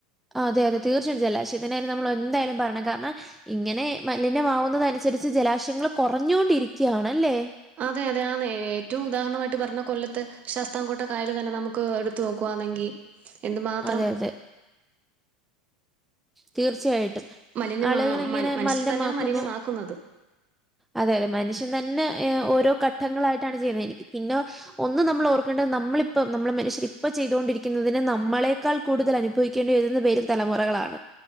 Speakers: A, in the centre; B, on the right.
A: ആഹ് അതെ അതെ തീർച്ചയാ ജലാശയത്തിന്റെ കാര്യം നമ്മള് എന്തായാലും പറയണം കാര്ണം ഇങ്ങനെ മലിനമാവുന്നതനുസരിച്ച് ജലാശയങ്ങള് കൊറഞ്ഞൊണ്ടിരിക്കയാണല്ലേ
B: അതെ അതെ ആന്നെ ഏറ്റവും ഉദാഹരണമാട്ട് പറഞ്ഞ കൊല്ലത്ത് ശാസ്താംകൊട്ട കായല് തന്നെ നമുക്ക് എട്ത്ത് നോക്കുവാണെങ്കി എന്ത്മാത്രം
A: അതെ, അതെ. തീർച്ചയായിട്ടും
B: മലിനമാ
A: ആളുകള് ഇങ്ങനെ
B: മൽ മനുഷ്യര്
A: മലിനമാക്കുന്നു
B: തന്നെയാണ് മലിനമാക്കുന്നത്.
A: അതെ അതെ മനുഷ്യൻ തന്നെ ഓരോ ഘട്ടങ്ങളാട്ടാണ് ചെയ്യുന്നത് എനിക്ക് പിന്നോ ഒന്നും നമ്മളോർക്കേണ്ടത് നമ്മളിപ്പ നമ്മള് മനുഷ്യര് ഇപ്പ ചെയ്തോണ്ടിരിക്കുന്നതിന് നമ്മളെക്കാൾ കൂടുതൽ അനുഭവിക്കെണ്ടി വെരുന്നെ വെരും തലമുറളാണ്